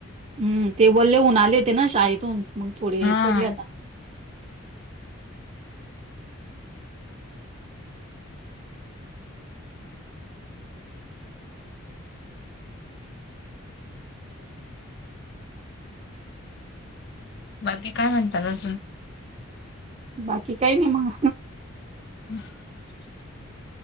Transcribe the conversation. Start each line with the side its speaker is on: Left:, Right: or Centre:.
Right: हम् ते बोलले उन्ह आले ते ना शाळेतून मग थोडे
Left: हा
Right: पडले आता
Left: बाकी काय म्हणता अजून.
Right: बाकी काही नाही मग
Left: हमं